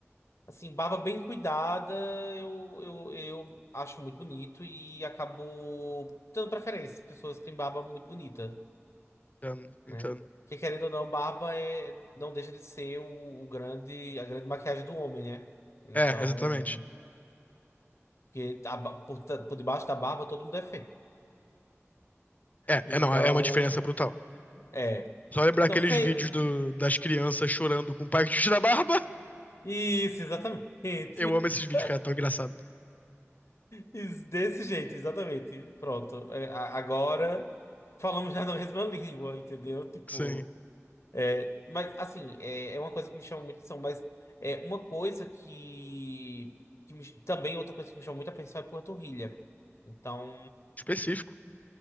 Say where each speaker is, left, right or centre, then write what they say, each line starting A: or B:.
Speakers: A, on the left (about 70°); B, on the left (about 30°).
A: assim, barba bem cuidada eu, eu, eu acho muito bonito e acabo dando preferência. Pessoas que têm barba muito bonita,
B: Entendo, entendo.
A: né? Porque querendo ou não, barba é, não deixa de ser o, o grande, a grande maquiagem do homem, né? Então,
B: É, exatamente.
A: porque a ba- por, ta- por debaixo da barba todo mundo é feio.
B: É,
A: Então,
B: é não, é uma diferença brutal.
A: é.
B: Só lembrar aqueles
A: Não, fe...
B: vídeos do- das crianças chorando com o pai que tira a barba. <laughs>
A: Isso, exatamente. <laughs>
B: Eu amo esses vídeos, cara, é tão engraçado.
A: Isso, desse jeito, exatamente. Pronto. É, a- agora falamos já na mesma <laughs> língua, entendeu? Tipo,
B: Sim.
A: é, mas assim, é, é uma coisa que me chama muito atenção, mas é uma coisa que, que me- também outra coisa que me chama muito atenção é panturrilha. Então,
B: Específico.